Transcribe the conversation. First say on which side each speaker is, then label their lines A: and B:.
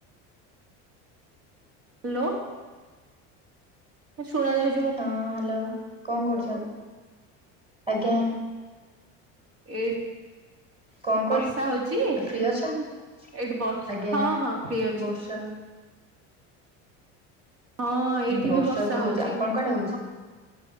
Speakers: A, on the right; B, on the right.
A: Hello. ଶୁଣାଯାଉ
B: ହଁ ହ୍ୟାଲୋ। କଣ କରୁଛନ୍ତି? ଆଜ୍ଞା।
A: ଏଇ,
B: କଣ କରୁ
A: ବର୍ଷା ହଉଚି?
B: ଫ୍ରି ଅଛନ୍ତି?
A: ଏଇଠି ବସ୍
B: ଆଜ୍ଞା
A: ହଁ ହଁ ଫ୍ରି ଅଛି
B: ବର୍ଷା
A: ମୁଁ। ହଁ ଏଇଠି
B: ହୁଁ ବର୍ଷା
A: ବି
B: ତ ହଉଚି।
A: ହଉଛି
B: ଆପଣ ଙ୍କ ଆଡେ ହଉଚି?